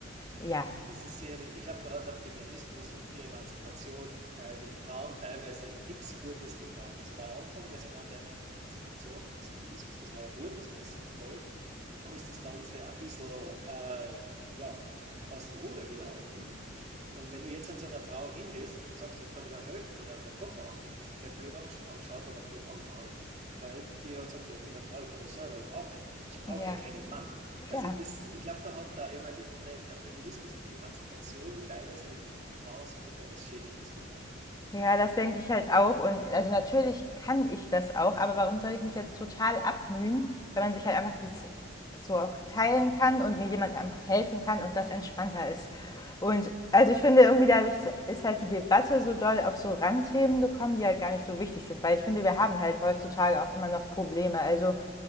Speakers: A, on the left; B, on the right.
A: Ja,
B: Es ist sicherlich, ich glaube, da hat der Feminismus und die Emanzipation äh, den Frauen teilweise nichts Gutes getan. Also der Anfang des, Eman der Emanzipation und des Feminismus, das war ja gut, das war ja sinnvoll. Und dann ist das Ganze ein bisschen äh, ja, aus dem Ruder gelaufen. Und wenn du jetzt an so einer Frau hingehst und sagst, ja, kann ich da helfen oder darf ich den Koffer abnehmen, wirst du gleich blöd angeschaut oder blöd angemalt, weil die halt sagt, ja, ich bin eine Frau, ich kann das selber, ich brauche, ja, ich brauche
A: ja,
B: ja keinen Mann. Also
A: ja.
B: das, ich glaube, da hat der, der Feminismus und die Emanzipation teilweise den Frauen sogar wieder was Schädliches getan.
A: Ja, das denke ich halt auch. Und also natürlich kann ich das auch, aber warum soll ich mich jetzt total abmühen, wenn man sich halt einfach das so auch teilen kann und mir jemand einfach helfen kann und das entspannter ist. Und also ich finde irgendwie dadurch ist halt die Debatte so doll auf so Randthemen gekommen, die halt gar nicht so wichtig sind, weil ich finde, wir haben halt heutzutage auch immer noch Probleme. Also